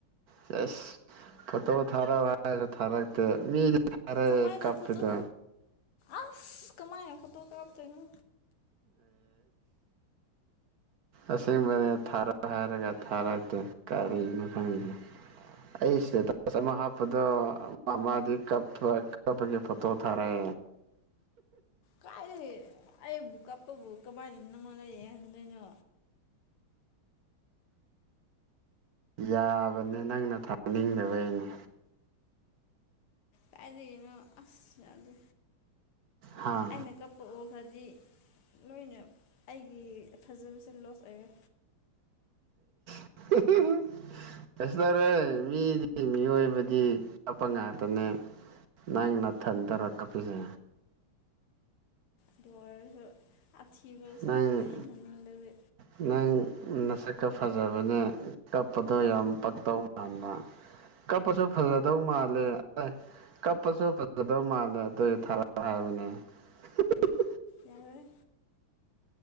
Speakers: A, on the right; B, on the left.
A: ꯁ ꯐꯣꯇꯣ ꯊꯔꯥꯎ ꯍꯥꯏ ꯊꯔꯛꯇꯦ ꯃꯤ ꯇꯔꯦ
B: ꯀꯃꯥꯏꯅ
A: ꯀꯞꯄꯗ
B: ꯐꯣꯇꯣ ꯑꯁ ꯀꯃꯥꯏꯅ ꯐꯣꯇꯣ ꯀꯞꯇꯣꯏꯅꯣ
A: ꯑꯁꯦꯡꯕꯅꯤ ꯊꯥꯔꯛ ꯍꯥꯏꯔꯒ ꯊꯥꯔꯛꯇꯦ ꯀꯔꯤꯅꯣ ꯈꯪꯗꯦ ꯑꯩ ꯏꯁꯦ ꯇ ꯍꯥꯞꯄꯗꯨꯣ ꯃꯥꯃꯗꯤ ꯀꯞ ꯀꯄꯒꯤ ꯐꯣꯇꯣ ꯊꯥꯔꯦ
B: ꯀꯥꯏꯗꯒꯤ ꯑꯩꯕꯨ ꯀꯥꯞꯄꯕꯨ ꯀꯃꯥꯏꯅ ꯅꯪꯉꯣꯅ ꯈꯟꯗꯣꯏꯅꯣ
A: ꯌꯥꯕꯅꯦ ꯅꯪꯅ ꯊꯥꯅꯤꯡꯗꯕꯩꯅꯦ
B: ꯀꯥꯏꯗꯒꯤꯅꯣ ꯑꯁ ꯌꯥꯗꯦ
A: ꯍꯥ
B: ꯑꯩꯅ ꯀꯄ ꯎꯕ ꯍꯥꯏꯗꯤ ꯂꯣꯏꯅ ꯑꯩꯒꯤ ꯐꯖꯕꯁꯦ ꯂꯣꯁ ꯑꯣꯏꯔꯦ
A: <unintelligible> ꯀꯩꯁꯨ ꯇꯧꯔꯦ ꯃꯤꯗꯤ ꯃꯤꯑꯣꯏꯕꯗꯤ ꯀꯞꯄ ꯉꯥꯛꯇꯅꯦ ꯅꯪ ꯅꯥꯊꯟꯗꯔ ꯀꯞꯄꯤꯁꯦ
B: ꯑꯗꯨ ꯑꯣꯏꯔꯁꯨ ꯑꯊꯤꯕ ꯁꯛꯇꯣ
A: ꯅꯪ
B: ꯌꯦꯡꯍꯟꯅꯤꯡꯗꯕ
A: ꯅꯪ ꯅꯁꯛꯀ ꯐꯖꯕꯅꯦ ꯀꯞꯄꯗꯣ ꯌꯥꯝ ꯄꯛꯇꯧ ꯃꯥꯟꯕ ꯀꯞꯄꯁꯨ ꯐꯖꯗꯧ ꯃꯥꯜꯂꯦ ꯀꯞꯄꯁꯨ ꯐꯖꯗꯧ ꯃꯥꯜꯂꯦ ꯑꯗꯨꯏ ꯊꯔꯎ ꯍꯥꯏꯕꯅꯤ <unintelligible>
B: ꯌꯥꯔꯣꯏꯍꯦ